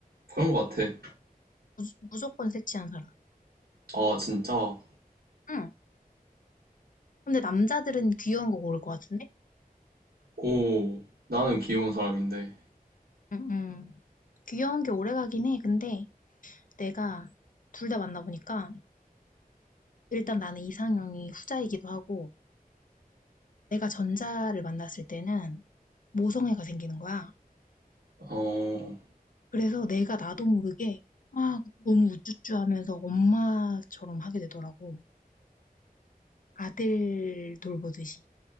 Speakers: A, on the right; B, on the left.
A: 그런 거 같아.
B: 무, 무조건 섹시한 사람.
A: 아 진짜.
B: 응. 근데 남자들은 귀여운 거 고를 것 같은데?
A: 오 나는 귀여운 사람인데.
B: 응, 응. 귀여운 게 오래 가긴 해. 근데 내가 둘 다 만나보니까 일단 나는 이상형이 후자이기도 하고 내가 전자를 만났을 때는 모성애가 생기는 거야.
A: 어,
B: 그래서 내가 나도 모르게 막 너무 우쭈쭈 하면서 엄마처럼 하게 되더라고. 아들 돌보듯이.